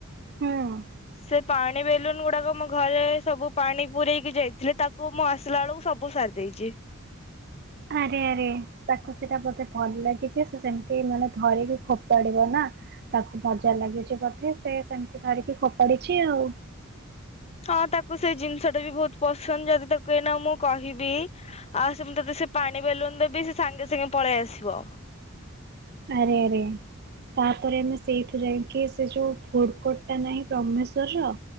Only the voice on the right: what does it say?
ହୁଁ
ଆରେ ଆରେ ତାକୁ ସେଇଟା ବୋଧେ ଭଲ ଲାଗିଛି ସେ ସେମତି ମାନେ ଧରିକି ଫୋପାଡିବ ନା ତାକୁ ମଜା ଲାଗିଛି ବୋଧେ ସେ ସେମତି ଧରିକି ଫୋପାଡିଛି ଆଉ
ଆରେ ଆରେ ତାପରେ ଆମେ ସେଇଠୁ ଯାଇକି ସେ ଯୋଉ ଫୁଡକୋଟ ଟା ନାହିଁ ବ୍ରହ୍ମେଶ୍ଵରର